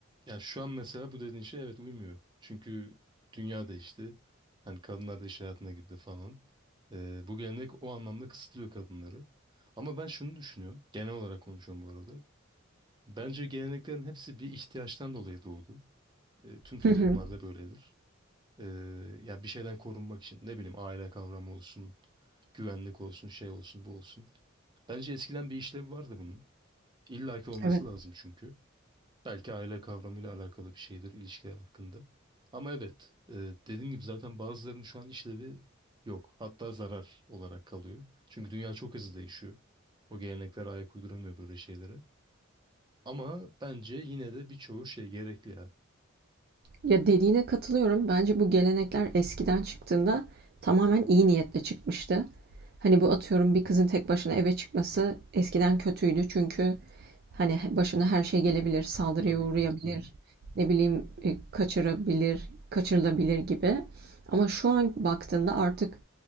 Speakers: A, on the right; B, on the right.
A: yani şu an mesela bu dediğin şey evet uymuyor. Çünkü dünya değişti. Hani kadınlar da iş hayatına girdi falan. Ee, bu gelenek o anlamda kısıtlıyor kadınları. Ama ben şunu düşünüyorum. Genel olarak konuşuyorum bu arada. Bence geleneklerin hepsi bir ihtiyaçtan dolayı doğdu. Ee, tüm toplumlarda
B: Hı hı.
A: böyledir. Ee, yani bir şeyden korunmak için ne bileyim aile kavramı olsun, güvenlik olsun, şey olsun, bu olsun. Bence eskiden bir işlevi vardı bunun. İllaki olması
B: Evet.
A: lazım çünkü. Belki aile kavramıyla alakalı bir şeydir ilişkiler hakkında. Ama evet, e, dediğim gibi zaten bazılarının şu an işlevi yok. Hatta zarar olarak kalıyor. Çünkü dünya çok hızlı değişiyor. O gelenekler ayak uyduramıyor böyle şeylere. Ama bence yine de birçoğu şey gerekli ya.
B: Ya dediğine katılıyorum. Bence bu gelenekler eskiden çıktığında tamamen iyi niyetle çıkmıştı. Hani bu atıyorum bir kızın tek başına eve çıkması eskiden kötüydü çünkü hani başına her şey gelebilir, saldırıya
A: Tabii
B: uğrayabilir,
A: ki. Hı hı.
B: ne bileyim e, kaçırabilir, kaçırılabilir gibi. Ama şu an baktığında artık